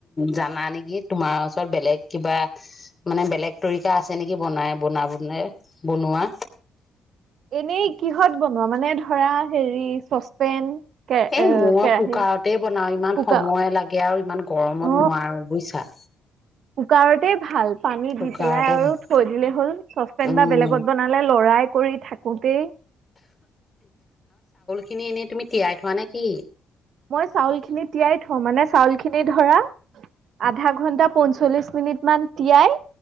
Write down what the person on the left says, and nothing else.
জানা নেকি তোমাৰ ওচৰত বেলেগ কিবা মানে বেলেগ তৰিকা আছে নেকি বনাই বনাব বনোৱা।
এ মই
কুকাৰতে বনাও ইমান
সময় লাগে আৰু ইমান গৰমত
নোৱাৰো বুজিছা।
কুকাৰতে
ভাল
উম
চাউলখিনি এনেই তুমি তিয়াই থোৱা নে কি?